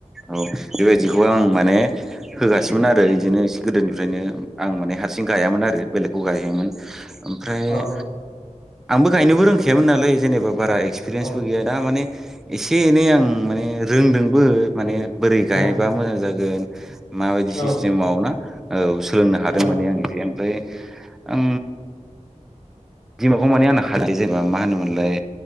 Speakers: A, in the centre; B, on the left.
A: औ बेबायदिखौ आं माने होगासिनोमोन आरो बिदिनो गोदोनिफ्रायनो आं माने हारसिं गायामोन आरो बेलेगखौ गाहोयोमोन। ओमफ्राय
B: औ
A: आंबो गायनोबो रोंखायामोन नालाय जेनेबा बारा एक्सपिरियेन्सबो
B: औ
A: गैया दा माने एसे एनै आं माने रोंदोंबो माने बोरै
B: उम
A: गायबा मोजां जागोन माबायदि
B: औ
A: सिस्टेमाव ना औ सोलोंनो हादोंमोन
B: औ
A: आं एसे ओमफ्राय आं दिमागाव माने आंना खारै जेनेबा मा होनोमोनलाय